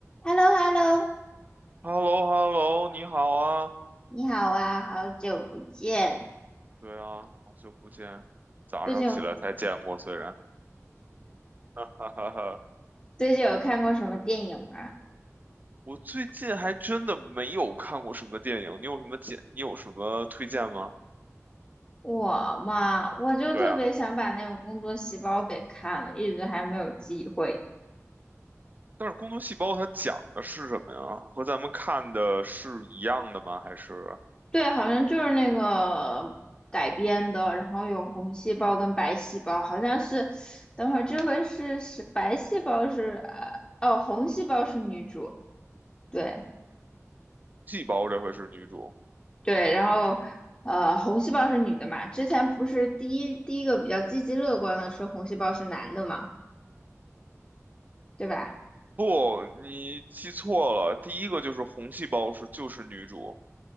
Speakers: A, on the left (about 15°); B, on the right (about 35°).
A: h e l l o h e l l o
B: h e l l o h e l l o 你好啊。
A: 你好啊，好久不见。
B: 对啊，好久不见，早上起来才见过，
A: 最近有
B: 虽然，<laughs> 哈哈哈哈。
A: 最近有看过什么电影吗？
B: 我最近还真的没有看过什么电影，你有什么建，你有什么推荐吗？
A: 我嘛，我就特别想把那个《工作细胞》给看了，
B: 对啊，
A: 一直还没有机会。
B: 但是《工作细胞》它讲的是什么呀？和咱们看的是一样的吗？还是
A: 对，好像就是那个改编的，然后有红细胞跟白细胞，好像是。等会儿这回是是白细胞是呃哦，红细胞是女主，对。
B: 细胞这回是女主？
A: 对，然后呃，红细胞是女的嘛？之前不是第一第一个比较积极乐观的是红细胞是男的嘛，对吧？
B: 不，你记错了，第一个就是红细胞是就是女主。